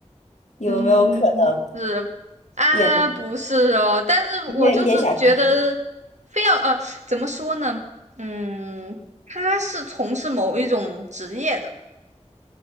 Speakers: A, on the left; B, on the right.
A: 有没有可能？
B: 嗯，不是，啊，
A: 也不是，
B: 不是哦，但是我就是觉得，
A: 没有一点小提示。
B: 非要呃，怎么说呢？嗯，他是从事某一种职业的，